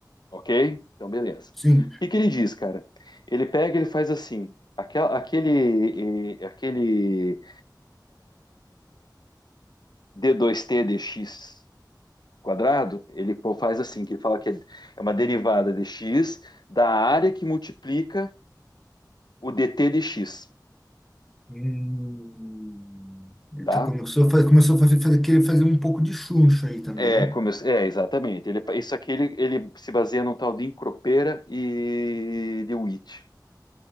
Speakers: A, on the left (about 70°); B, in the centre.
A: Ok? Então, beleza. O
B: Sim.
A: que que ele diz, cara? Ele pega, ele faz assim, aquel- aquele, eh, aquele d dois t dx quadrado, ele pô- faz assim, que ele fala que é é uma derivada de x da área que multiplica o dt dx,
B: Hum, então
A: tá?
B: começou a fa- começou a fazer, fazer, querer fazer um pouco de chuncho aí também,
A: É,
B: né?
A: como eu- é exatamente. Ele- isso aqui ele, ele se baseia no tal de Encropera e de Witt.